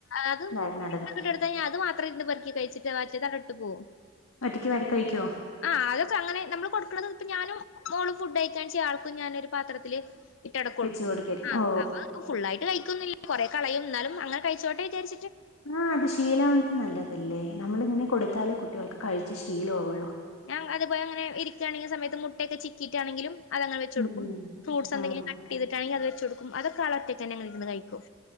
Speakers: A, on the left; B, on the left.
A: അത്
B: എന്തായാലും നല്ലതാ
A: <inaudible> അത് മാത്ര ഇരുന്ന് പെറുക്കി കഴിച്ചിട്ട് മറ്റേതാവാടിട്ട് പോവും
B: ഒറ്റക്ക് വാരി കഴിക്കുവോ
A: ആഹ് അതൊക്കെ അങ്ങനെ നമ്മള് കൊടുക്കണത് ഇപ്പം ഞാനും മോളും ഫുഡ് കഴിക്കാൻ ചെയ്യ ആൾക്കും ഞാനൊരു പാത്രത്തില് ഇറ്റട കൊടുക്കും
B: വെച്ച് കൊടുക്കായിരിക്കും
A: ആഹ്
B: ഓ
A: അപ്പോ ഫുള്ളായിട്ട് കഴിക്കോന്നില്ല കൊറെ കളയും എന്നാലും അങ്ങനെ കഴിച്ചോട്ടെ വിചാരി
B: ആഹ് അത് ശീലാണത് നല്ലതല്ലേ നമ്മളിങ്ങനെ കൊടുത്താലേ കുട്ടികൾക്ക് കഴിച്ച് ശീലാവുള്ളു
A: ഞാ അതുപോലെ ഇങ്ങനെ ഇരിക്കണെങ്കി സമയത്ത് മുട്ടക്കെ ചിക്കിട്ടാണെങ്കിലും അതങ്ങനെ വെച്ചുകൊടുക്കും
B: ഉം
A: ഫ്രൂട്ട്സ് എന്തെങ്കിലും
B: ഉം
A: കട്ട് ചെയ്തിട്ടാണെങ്കി അത് വെച്ചുകൊടുക്കും അതൊക്കെ ആൾ ഒറ്റക്കന്നെങ്ങന ഇരുന്ന് കഴിക്കും